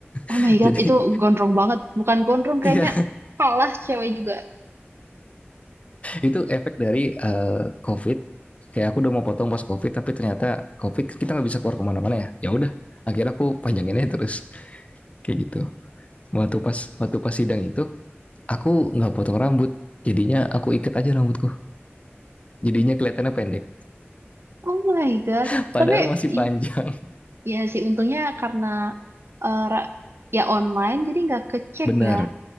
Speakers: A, on the right; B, on the left.
A: Oh
B: <laughs>
A: my God,
B: jadi
A: itu gondrong banget. Bukan gondrong
B: iya
A: kayaknya kalah cewek juga.
B: itu efek dari eh, covid kayak aku udah mau potong pas covid tapi ternyata covid kan kita nggak bisa keluar kemana-mana ya ya udah akhirnya aku panjanginnya terus kayak gitu waktu pas waktu pas sidang itu aku nggak potong rambut jadinya aku ikat aja rambutku jadinya kelihatannya pendek
A: Oh my God.
B: <laughs> padahal
A: Tapi
B: masih panjang
A: i- ya sih untungnya karena eh, ra- ya online jadi nggak kecek
B: benar
A: ya.